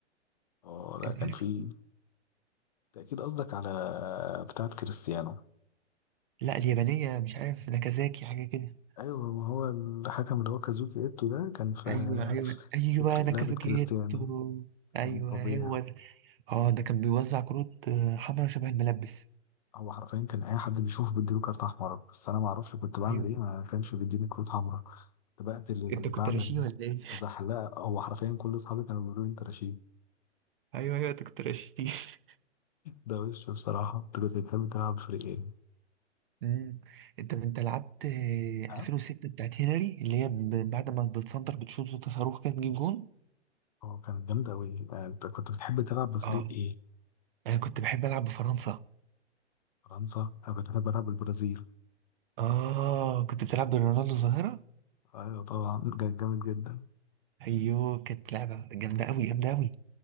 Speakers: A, on the left; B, on the right.
A: اه لا
B: انت
A: كان
B: عارف؟
A: في أنت أكيد قصدك على بتاعة كريستيانو
B: لا اليابانية مش عارف ناكازاكي حاجة كده
A: أيوة ما هو الحكم اللي هو كازوكي إيتو ده كان في
B: ايوه ايوه ايوه
A: فكرة
B: ناكازاكي
A: لعبة كريستيانو
B: جيتو ايوه
A: كان فظيع
B: هو ده اه ده كان بيوزع كروت آه، حمرا شبه الملبس
A: هو حرفيا كان أي حد بيشوفه بيديله كارت أحمر بس أنا معرفش كنت بعمل
B: ايوه
A: إيه ما كانش بيديني كروت حمراء كنت بقتل اللي
B: انت كنت
A: بعمل
B: رشيد ولا ايه؟
A: زحلقة هو حرفيا كل أصحابي كانوا بيقولوا لي أنت رشيد
B: ايوه ايوه انت كنت رشيد <laughs>
A: ده وش بصراحة أنت كنت بتحب تلعب بفريق إيه؟
B: امم انت انت لعبت آه،
A: اه
B: 2006 بتاعت هنري اللي هي ب- بعد ما بتسنتر بتشوط صوت صاروخ كده تجيب جون
A: هو كانت جامدة أوي آه، أنت كنت بتحب تلعب بفريق
B: اه
A: إيه؟
B: انا كنت بحب العب بفرنسا
A: فرنسا؟ أنا كنت بحب ألعب بالبرازيل
B: اه كنت بتلعب برونالدو الظاهرة
A: أيوة طبعا كان جامد جدا
B: ايوه كانت لعبة جامدة قوي جامدة قوي